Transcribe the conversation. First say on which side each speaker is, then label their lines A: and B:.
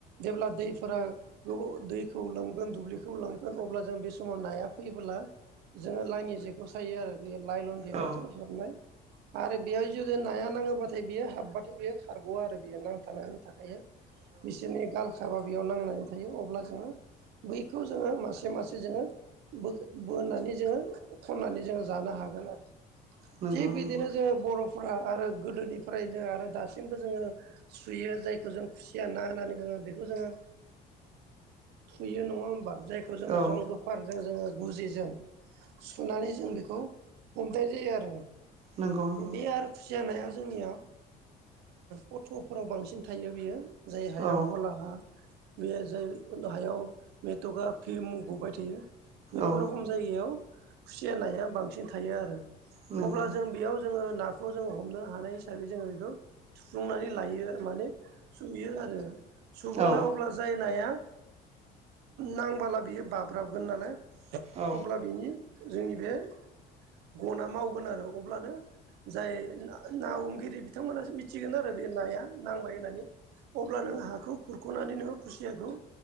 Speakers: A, on the right; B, on the right.
A: जेब्ला दैफोरा गोबाव दैखौ लोमगोन दुब्लिखौ लोमगोन अब्ला जों बे समाव नाया फैबोला जोङो लाइनि जेखौ सायो आरो बे लाइलन दिरुंजों
B: औ
A: हेबनाय आरो बेहाय जुदि नाया नाङोबाथाय बियो हाबबाथाय बेयो खारग'आ आरो बेयो नांथानानै थाखायो। बिसोरनि गालखाबा बेयाव नांनानै थायो अब्ला जोङो बेखौ जोङो मासे मासे जोङो बो बोननानै जोङो खन्नानै जोङो जानो हागोन आरो।
B: नंगौ
A: थिग बिदिनो
B: नंगौ
A: जोङो बर'फ्रा आरो गोदोनिफ्रायनो आरो दासिमबो जोङो सुयो जायखौ जों खुसिया ना होननानै बुङो बेखौ जोङो फुयो नङा होमबा जायखौ जोङो
B: औ
A: जं गोफारजों जोङो गुजिजों सुनानै जों बेखौ हमनाय जायो आरो,
B: नंगौ नंगौ
A: बे आरो खुसि जानाया जोंनियाव फथ'फोराव बांसिन थायो बियो जाय हाया
B: औ
A: हलाहा बेयो जों हायाव मेटका पिम गबाय थायो बेफोर
B: औ
A: रखोम जायगायाव खुसि जानायनाया बांसिन थायो आरो।
B: नंगौ
A: अब्ला जों बेयाव जोङो नाखौ जोङो हमनो हानाय हिसाबै जोङो बेखौ सुफुंनानै लायो माने सुयो आरो सुबुबोला
B: औ
A: अब्ला जाय नाया नांबोला बियो बाब्राबगोन नालाय
B: औ
A: अब्ला बिनि जोंनि बे गना मावगोन आरो अब्लानो जाय ना हमगिरि बिथांमोनासो मिथिगोन आरो बे नाया नांबाय होननानै । अब्ला नोङो हाखौ खुरख'नानै नोङो खुसियाखौ